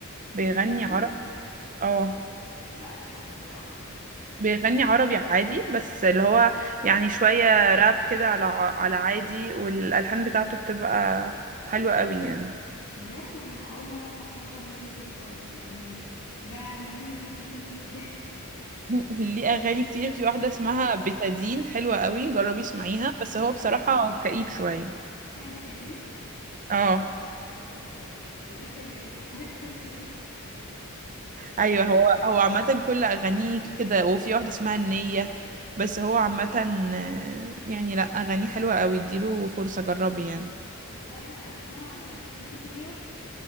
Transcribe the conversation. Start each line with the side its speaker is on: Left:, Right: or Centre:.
Right: بيغني
Left: ليجاسي
Right: عرب اه
Left: لا مش عارفه بصراحه
Right: بيغني عربي عادي بس اللي هو يعني شويه راب كده على على عادي والالحان بتاعته بتبقى حلوه قوي يعني
Left: بجد انا اول مره اسمع بصراحه عن ليجاسي ده خالص يعني ده مغني جديد جدا بالنسبه لي
Right: ليه اغاني كتير في واحده اسمها بتادين حلوه قوي جربي اسمعيها بس هو
Left: <laughs>
Right: بصراحه كئيب شويه
Left: اسمها بيت قديم
Right: اه
Left: ده ده داخل خارج طب ده ولا إيه؟
Right: ايوه هو هو عامه كل اغانيه كده وفي واحده اسمها النيه بس هو عامه آه، يعني لا اغانيه حلوه قوي اديله فرصه جربي يعني
Left: طب والله لا هسمعه يعني اسمه اسمه ايه قلتي